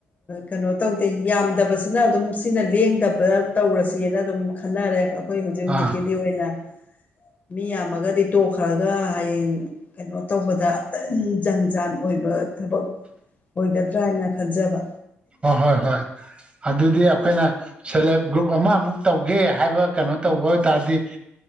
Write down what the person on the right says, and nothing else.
ꯑꯥ
ꯍꯣꯏ ꯍꯣꯏ ꯍꯣꯏ ꯑꯗꯨꯗꯤ ꯑꯩꯈꯣꯏꯅ ꯁꯦꯜ ꯍꯦꯜꯞ ꯒ꯭ꯔꯨꯞ ꯑꯃ ꯑꯃꯨꯛ ꯇꯧꯒꯦ ꯍꯥꯏꯕ ꯀꯩꯅꯣ ꯇꯧꯕ ꯑꯣꯏ ꯇꯥꯔꯗꯤ